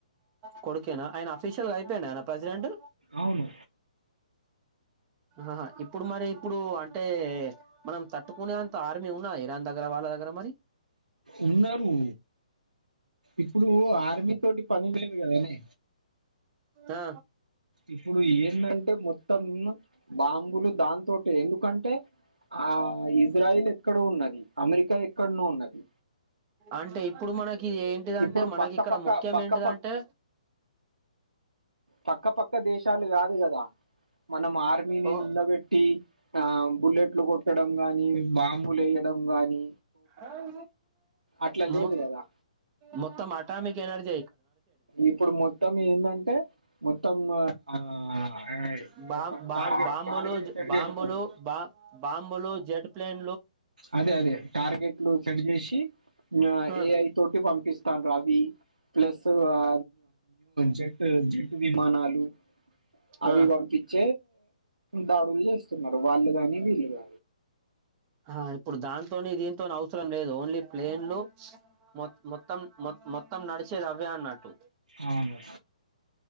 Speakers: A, on the right; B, on the right.
A: కోడు కేనా ఆయ ఆఫీషిల్గా అయిడి ఆయ ప్రెసిడెట్
B: అవును
A: ఆహా ఇప్పుడు మరి ఇప్పుడు అంటే మనం తట్టుకునేంత ఆర్మీ ఉన్నా ఇరాన్ దగ్గర వాళ్ళ దగ్గర మరి
B: ఉన్నారు ఇప్పుడు ఆర్మీ తోటి పని లేదు కదానే
A: ఆ
B: ఇప్పుడు ఏంటంటే మొత్తం బాంబులు దాంతో ఎందుకంటే ఆ ఇజ్రాయిల్ ఎక్కడ ఉన్నది అమెరికా ఎక్కన్నో ఉన్నది
A: అంటే ఇప్పుడు మనకి ఏంటిదంటే
B: ఇప్పుడు
A: మనకి
B: పక్క
A: ఇక్కడ
B: పక్క
A: ముఖ్యం
B: పక్క
A: ఏంటిదంటే
B: ప పక్క పక్క దేశాలు కాదు కదా మనం ఆర్మీని
A: ఓ
B: నిలబెట్టి ఆ బుల్లెట్లు కొట్టడం గాని బాంబ లయ్యడం గాని
A: అ ఉ
B: అట్లా లేదు
A: ము
B: కదా
A: ముొక్త్త మాటా మీ కేనర్జ
B: ఇప్పుడు మొత్తం ఏంటంటే మొత్తం ఆ ఆ,
A: బ
B: ఒక
A: బ
B: టార్గెట్
A: బమ్
B: టార్గెట్
A: బో
B: సెట్
A: బామ్
B: చేసుకోండి
A: బో బా బమ్ బో జెట్ ప్లన్
B: అదే అదే టార్గెట్లు సెట్ చేసి
A: ఆ
B: ఏఐ తోటి పంపిస్తాను రవి ప్లస్ ఆ జెట్ జెట్ విమానలు అవి
A: ఆ
B: వంకిచ్చ దాడు చే న్నారురవాళదని వల్ళద
A: ఆ ఇప్పుడు దాంతోని దీంతో అవసర లేదు ఓన్లీ ప్లేన్లు మొ మొత్తం మొత్తం నడిచేది అవ్య అన్నట్టు
B: అవును